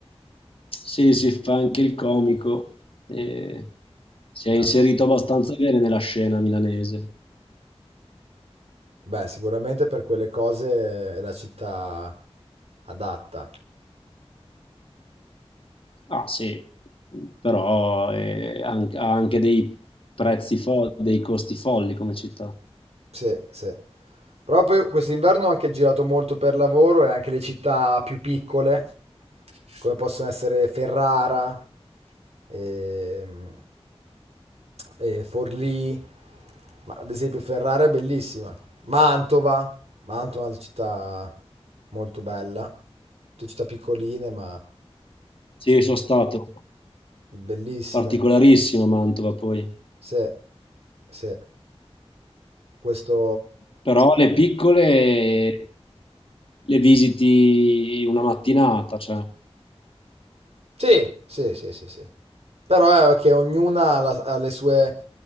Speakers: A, on the left (about 55°); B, on the right (about 75°).
A: Sì, sì, fa anche il comico e si è inserito
B: Ah.
A: abbastanza bene nella scena milanese.
B: Beh, sicuramente per quelle cose è la città adatta.
A: Ah, sì, però è an- ha anche dei prezzi fo- dei costi folli come città.
B: Sì, sì. Però poi quest'inverno ho anche girato molto per lavoro e anche le città più piccole, come possono essere Ferrara, ehm, e Forlì, ma ad esempio Ferrara è bellissima. Mantova, Mantova è un'altra città molto bella, tutte città piccoline ma
A: Sì, sono stato
B: bellissime.
A: particolarissimo a Mantova poi,
B: Sì, sì. Questo
A: però le piccole Le visiti una mattinata, cioè.
B: Sì, sì, sì, sì, sì. Però è che ognuna ha, la- ha le sue